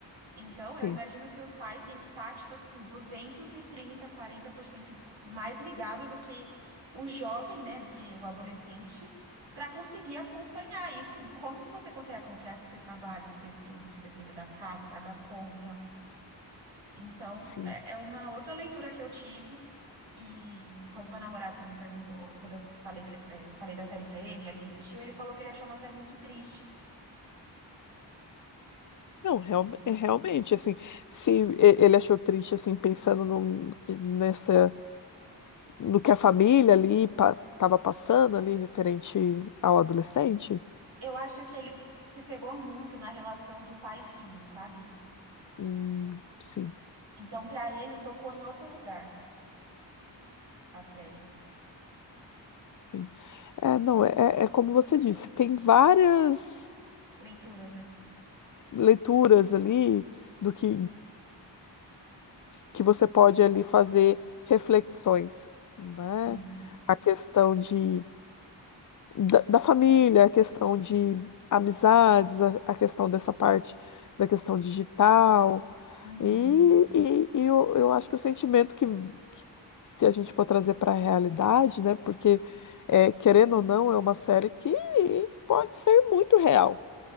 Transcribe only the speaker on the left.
Sim,
sim.
Não, real-
é realmente, assim, se e- ele achou triste, assim, pensando num- nessa no que a família ali estava passando ali referente ao adolescente?
Hum, sim,
sim. É, não, é, é é como você disse, tem várias
leituras ali do que, que você pode ali fazer reflexões, né?
A questão de da, da família, a questão de amizades, a, a questão dessa parte da questão digital.
E, e, e eu, eu acho que o sentimento que, que se a gente for trazer para a realidade, né? Porque, é, querendo ou não, é uma série que pode ser muito real,